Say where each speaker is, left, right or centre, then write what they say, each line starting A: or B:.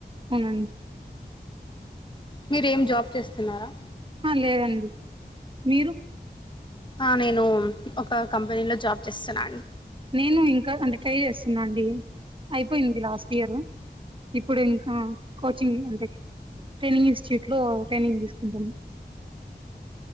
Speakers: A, on the right (about 30°); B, on the left (about 25°).
A: అవును
B: మీరేం జాబ్ చేస్తున్నారా?
A: ఆ లేదండి. మీరు?
B: ఆ నేను ఒక కంపెనీలో జాబ్ చేస్తున్నాను.
A: నేను ఇంకా అంటే ట్రై చేస్తున్నా అండి. అయిపోయింది లాస్ట్ ఇయర్. ఇప్పుడు ఇంకా కోచింగ్. అంటే, ట్రైనింగ్ ఇన్స్టిట్యూట్ లో, ట్రైనింగ్ తీసుకుంటున్న.